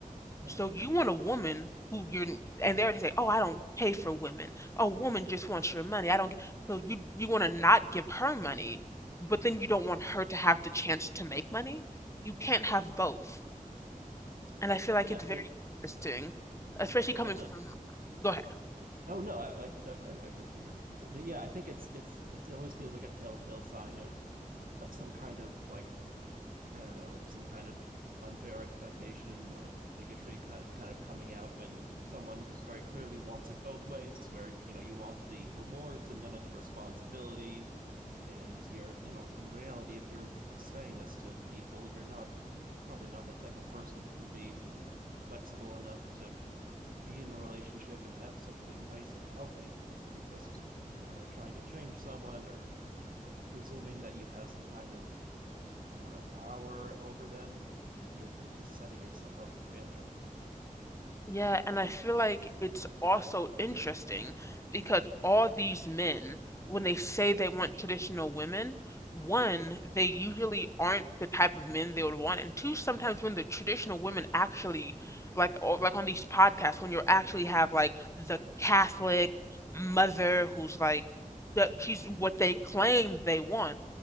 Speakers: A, on the right; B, on the left.
A: yeah
B: So you want a woman who you're, and they already say, oh, I don't pay for women. A woman just wants your money. I don't. g-" So you you want to not give her money, but then you don't want her to have the chance to make money. You can't have both. And I feel like
A: yeah
B: it's very
A: they
B: interesting, especially
A: yeah
B: coming
A: i feel
B: from
A: like
B: Go ahead.
A: Oh no, I, I definitely I appreciate your perspective, but yeah, I think it's it's it always feels like a telltale sign of of some kind of like I don't know some kind of unfair expectation or bigotry kind of kind of coming out when someone just very clearly wants it both ways, where you know you want the rewards and none of the responsibility, and you're you know in reality if you're saying this to people, you're not you're probably not that type of person who can be flexible enough to be in a relationship and have something nice and healthy because if you're just i don't know trying to change someone or uh, presuming that you have some kind of i don't know power over them then you're you're just setting yourself up for failure
B: Yeah, and I feel like it's also interesting because all these men, when they say they want traditional women, one, they usually aren't the type of men they would want, and two, sometimes when the traditional women actually, like, or like on these podcasts, when you actually have like the Catholic mother who's like, that she's what they claim they want,